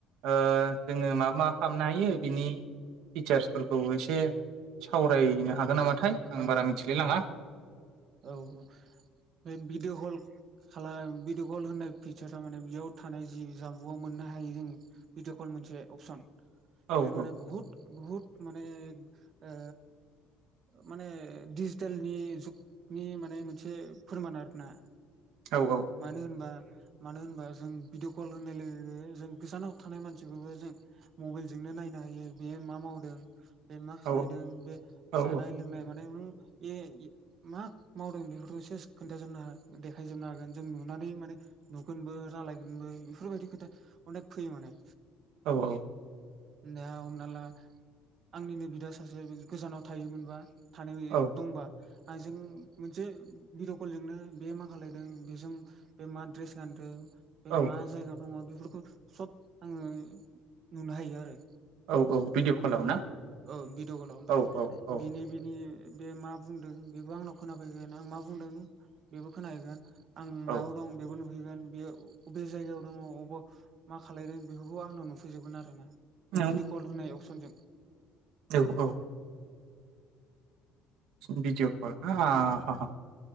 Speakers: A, on the right; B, on the right.
A: ओ जोङो माबा माबा खालामनो हायो बिनि फिचार्सफोरखौ एसे सावरायनो हागोन नामाथाय
B: ओं
A: आं
B: ओं
A: बारा मिथिलाय लाङा।
B: औ औ बे भिडिअ कल खालाम भिडिअ कल होननाय फिचारा माने बेयाव थानाय जि जामबुआव मोननो हायो जोङो भिडिअ कल मोनसे अपसन।
A: औ
B: बे माने
A: औ
B: बहुत बहुत माने। ओ माने डिजिटेलनि जुग नि माने मोनसे फोरमान आरो ना।
A: औ औ
B: मानो होनबा मानो होनबा जों भिदिअ कल होननाय लोगो लोगो जों गोजानाव थानाय मानसिखौबो जों मबाइलजोंनो नायनो हायो बेयो मा मावदों। बे मा खालायदों
A: औ
B: बे
A: औ
B: जानाय लोंनाय माने न ए मा मावदों बेफोरखौ सेस खोन्थाजोबनो ह देखायजोबनो हागोन जों नुनानै माने नुगोनबो रालायगोनबो बेफोरबायदि खोथा अनेक फैयो माने।
A: औ-औ
B: दा हमना ला आंनिनो बिदा सासे गोजानाव थायोमोनबा। थानायो
A: औ
B: दंबा आंजों मोनसे भिडिअ' कलजोंनो बे मा खालायदों बेजों बे मा द्रेस गानदो बे
A: औ
B: मा जायगायाव दङ बे बेफोरखौ सब आङो नुनो हायो आरो
A: औ औ भिडिअ' कलाव ना
B: औ भिड' गलाव ओमफ्राय
A: औ औ औ
B: बिनि-बिनि बे-बे मा बुंदों बेबो आंनाव खोनाफैगोन आं मा बुंदों बेबो खोनाहैगोन। आं
A: औ
B: मायाव दं बेबो नु नुहैगोन बेयो अ अबे जायगायाव दङ अबाव मा खालायदों बेफोरखौ आंनाव नुफैजोबगोन आरो
A: औ
B: बे भिडिअ कल होनाय अपसनजों
A: औ औ भिडिअ कल आ हाहा